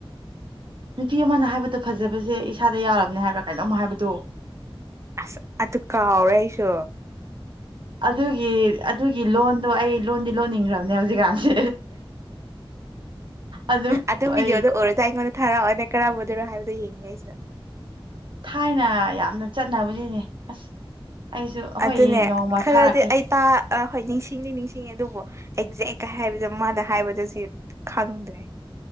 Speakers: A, on the right; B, on the right.
A: ꯅꯨꯄꯤ ꯑꯃꯅ ꯍꯥꯏꯕꯗꯣ ꯐꯖꯕꯁꯦ ꯏꯁꯥꯗ ꯌꯥꯎꯔꯕꯅꯦ ꯍꯥꯏꯕ꯭ꯔꯥ ꯀꯩꯅꯅꯣꯝꯃ ꯍꯥꯏꯕꯗꯣ
B: ꯑꯁ ꯑꯗꯨ ꯀꯥꯎꯔꯦ ꯑꯩꯁꯨ
A: ꯑꯗꯨꯒꯤ ꯑꯗꯨꯒꯤ ꯂꯣꯟꯗꯣ ꯑꯩ ꯂꯣꯟꯗꯤ ꯂꯣꯟꯅꯤꯡꯈ꯭ꯔꯕꯅꯦ ꯍꯧꯖꯤꯛꯀꯥꯟꯁꯦ ꯑꯗꯨ
B: ꯑꯗꯣ ꯕꯤꯗꯤꯑꯣꯗ
A: ꯑꯩ
B: ꯑꯣꯏꯔ ꯑꯗ ꯑꯩꯉꯣꯟꯗ ꯊꯥꯔꯛꯑꯣꯏ ꯀꯔꯝꯕ ꯑꯣꯏꯗꯅꯣ ꯍꯥꯏꯕꯗꯣ ꯌꯦꯡꯉꯦ ꯑꯩꯁꯦ
A: ꯊꯥꯏꯅ ꯌꯥꯝꯅ ꯆꯠꯅꯕꯅꯤꯅꯦ ꯑꯁ ꯑꯩꯁꯨ ꯍꯣꯏ
B: ꯑꯗꯨꯅꯦ
A: ꯅꯣꯡꯃ
B: ꯈꯔꯗꯤ
A: ꯊꯥꯔꯛꯀꯦ
B: ꯑꯩ ꯇ ꯑꯥ ꯍꯣꯏ ꯅꯤꯡꯁꯤꯡꯅꯤ ꯅꯤꯡꯁꯤꯡꯉ ꯑꯗꯨꯕꯨ ꯑꯦꯛꯖꯦꯛ ꯀꯩ ꯍꯥꯏꯕꯗꯣ ꯃꯥꯅ ꯍꯥꯏꯕꯗꯁꯨ ꯈꯪꯗ꯭ꯔꯦ <inaudible>